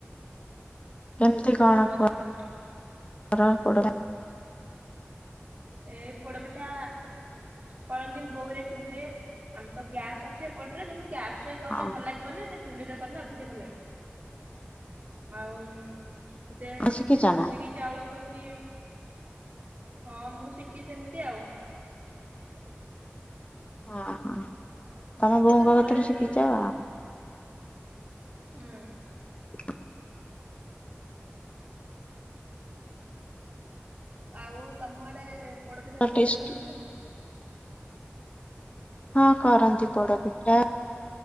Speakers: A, on the left (about 30°); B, on the right (about 40°).
A: କେମତି
B: ହୁଁ
A: କଣ
B: ରଜ
A: କର
B: ପୋଡପିଠା
A: ପଡ଼
B: ଏ ପୋଡପିଠା କରନ୍ତି, ବୋଉ ହାରିଆ ଚୁଲିରେ। ଆମେ ତ ଗ୍ୟାସ୍ ସଛିବା ପଟରେ କିନ୍ତୁ ଗ୍ୟାସ୍ ରେ କରିନେ
A: ହଁ
B: ଭଲ ଲାଗିବ ନା ସେ ଚୁଲିରେ କରିଲେ ଅଧିକ ଭଲ ଲାଗେ। ଆଉ ତତେ
A: ଶିଖିଛ ନା
B: ବିରି ଚାଉଳ କୁ କେମତି, ହଁ। ମୁଁ ଶିଖିଚି ସେମିତି ଆଉ।
A: ଓହୋ। ତମ
B: ମୁଁ
A: ବୋଉଙ୍କ
B: ତ ଭଲରେ
A: କଥାରୁ
B: ଶିଖିନି
A: ଶିଖିଛ?
B: ହୁଁ।
A: <inaudible>
B: ଆଉ ତମ ଆଡେ ପୋଡପିଠା, ପୋଡପିଠା
A: ଟେଷ୍ଟି
B: କରନ୍ତିନି କି?
A: ହଁ କରନ୍ତି ପୋଡ ପିଠା।